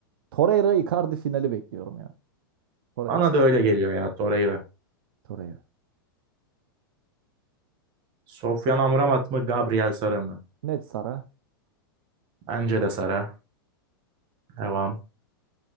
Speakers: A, on the right; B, on the right.
A: Torreira Icardi finali bekliyorum ya. Torreira.
B: Bana da öyle geliyor ya Torreira.
A: Torreira.
B: Sofyan Amrabat mı Gabriel Sara mı?
A: Net Sara.
B: Bence de Sara. Devam.